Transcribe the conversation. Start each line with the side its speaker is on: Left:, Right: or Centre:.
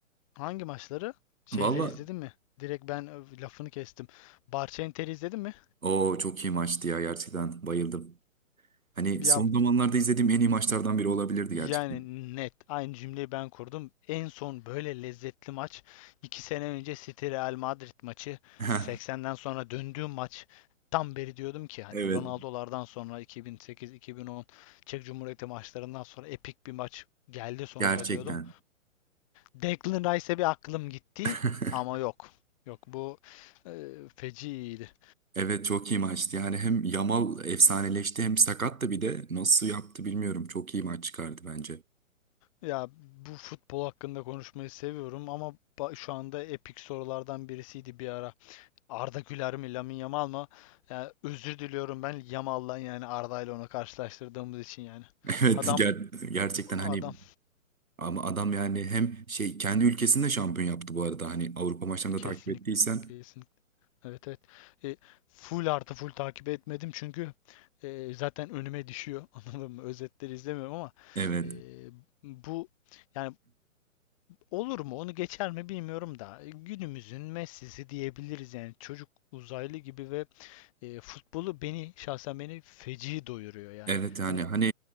Left: Hangi maçları? Şeyleri
Right: Valla
Left: izledin mi? Direkt ben ö, lafını kestim. Barça Inter'i izledin mi?
Right: o çok iyi maçtı ya gerçekten bayıldım. Hani
Left: Ya
Right: son zamanlarda izlediğim en iyi maçlardan biri olabilirdi gerçekten.
Left: yani net aynı cümleyi ben kurdum. En son böyle lezzetli maç 2 sene önce City Real Madrid maçı
Right: <laughs>
Left: 80'den sonra döndüğüm maç. Tam beri diyordum ki hani
Right: Evet
Left: Ronaldo'lardan sonra 2008-2010 Çek Cumhuriyeti maçlarından sonra epik bir maç geldi sonunda
Right: gerçekten.
Left: diyordum. Declan Rice'e bir aklım gitti
Right: <laughs>
Left: ama yok. Yok bu e, feci iyiydi.
Right: Evet çok iyi maçtı. Yani hem Yamal efsaneleşti hem sakat da bir de nasıl yaptı bilmiyorum. Çok iyi maç çıkardı bence.
Left: Ya bu futbol hakkında konuşmayı seviyorum ama ba- şu anda epik sorulardan birisiydi bir ara. Arda Güler mi, Lamine Yamal mı? Ya, özür diliyorum ben Yamal'dan yani Arda ile onu karşılaştırdığımız için yani.
Right: <laughs> Evet
Left: Adam
Right: ger- gerçekten hani
Left: adam
Right: ama adam yani hem şey kendi ülkesinde şampiyon yaptı bu arada. Hani Avrupa maçlarını
Left: kesinlikle
Right: da takip ettiysen
Left: kesinlikle. Evet evet. E, full artı full takip etmedim çünkü e, zaten önüme düşüyor. <laughs> Anladın mı? Özetleri izlemiyorum ama
Right: Evet.
Left: e, bu yani olur mu? Onu geçer mi bilmiyorum da e, günümüzün Messi'si diyebiliriz yani çocuk uzaylı gibi ve e, futbolu beni şahsen beni feci doyuruyor yani.
Right: Evet yani
Left: Hani
Right: hani